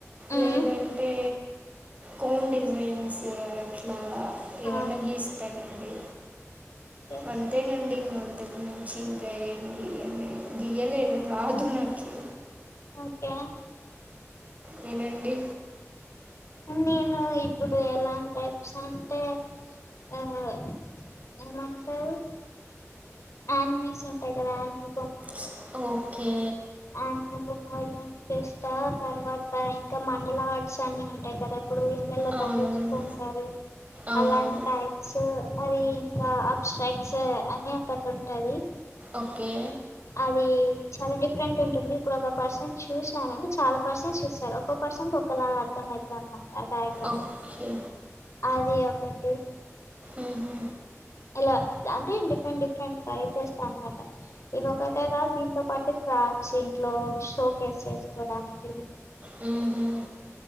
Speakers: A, on the left (about 65°); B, on the right (about 30°).
A: మ్మ్
B: లేదంటే కోన్ డిజైన్సూ అట్లా ఏవన్న
A: ఆ
B: గీస్తానండి
A: ఓకే
B: అంతేనండి ఇంగ అందే మించి ఇంక ఏం గియ్యన్ నేన్ గియ్యలేను రాదు నాకీ
A: ఓకే
B: వినండి
A: నేనూ ఇప్పుడు ఎలాంటైప్స్ అంటే ఆహ్ ఏమంటారు యానిమేస్ ఉంటయ్ కదాండి
B: స్ ఓక్కే
A: అన్ని గుడ్ మాయిలోనే తీస్తా తర్వాత ఇంకా మండల ఆర్ట్స్ అన్ని ఉంటాయి కదా ఇప్పుడు ఇండ్లల్లా
B: అవునవును
A: పని చేసుకుంటారు
B: అవునవును
A: అలాంటాయి సో అది ఇంకా అబ్స్ట్రైక్స్ అని ఒకటి ఉంటది
B: ఓకే
A: అది చాలా డిఫ్ డిఫ్రెంట్ ఉంటుంది ఇప్పుడు ఒక పర్సన్ చూసానారు అంటే చాలా పర్సన్స్ చూస్తారు ఒక పర్సన్ ఒకలా అర్థం అయితది అన్ ఆ డైగ్రామ్
B: ఓకే
A: అది ఒకటి
B: ఉహుమ్
A: ఇలా అంటే డిఫరెంట్ డిఫరెంట్ ట్రై చేస్తా అనమాట ఇది ఒకటేగా దీంతో పాటు స్టార్స్ ఇంట్లో సోకోస్ చేసుకోడానికి
B: వ్మ్ హుమ్